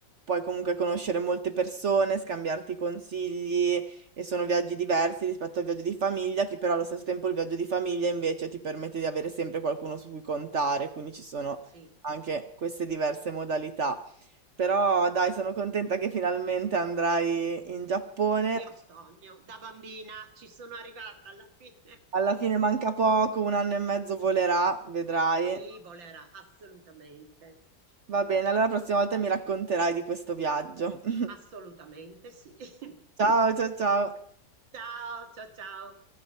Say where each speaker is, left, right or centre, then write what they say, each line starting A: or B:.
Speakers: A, on the right (about 55°); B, on the right (about 75°).
A: Puoi comunque conoscere molte persone, scambiarti consigli e sono viaggi diversi rispetto al viaggio di famiglia, che però allo stesso tempo il viaggio di famiglia invece ti permette di avere sempre qualcuno su cui contare, quindi ci sono
B: Sì,
A: anche queste diverse modalità. Però dai, sono contenta che finalmente andrai in Giappone.
B: il mio sogno da bambina ci sono arrivata alla fine.
A: Alla
B: <laughs>
A: fine manca poco, un anno e mezzo volerà, vedrai.
B: Sì, volerà, assolutamente.
A: Va bene, allora la prossima volta mi racconterai di questo viaggio. <laughs>
B: Assolutamente sì. <laughs>
A: Ciao, ciao, ciao.
B: Ciao, ciao, ciao.